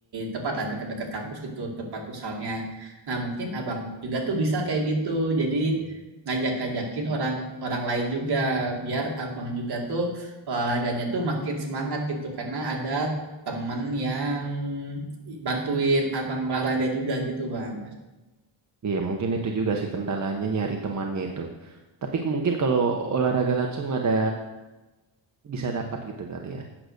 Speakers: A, on the right; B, on the right.
A: tempat lah dekat-dekat kampus gitu tempat futsalnya. Nah, mungkin abang juga tuh bisa kayak gitu. Jadi ngajak-ngajakin orang orang lain juga biar abang juga tuh olahraganya tuh makin semangat gitu karena ada temen yang bantuin abang olahraga juga gitu bang.
B: Iya, mungkin itu juga sih kendalanya nyari temannya itu. Tapi ke- mungkin kalau olahraga langsung ada bisa dapat gitu kali ya.